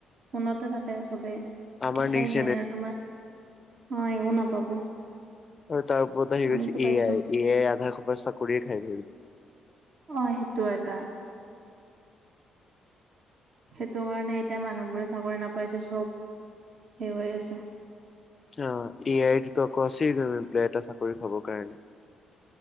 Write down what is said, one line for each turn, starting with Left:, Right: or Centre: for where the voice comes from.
Right: ফোনতে থাকে চবেই।
Left: আমাৰ নিচ
Right: নাই আৰু তোমাৰ অ' একো নাপাব।
Left: আৰু তাৰ ওপৰত আহি
Right: আমিতো
Left: গৈছে
Right: পাইছো
Left: এ আই, এ আই আধা সোপা চাকৰিয়ে খাই ধৰিব।
Right: অ' সেইটো এটা। সেইটো কাৰণে এতিয়া মানুহবোৰে চাকৰি নাপাইছে, চব সেই হৈ আছে।
Left: অ এ আই ভিতৰ <inaudible> এটা চাকৰি পাব কাৰণে।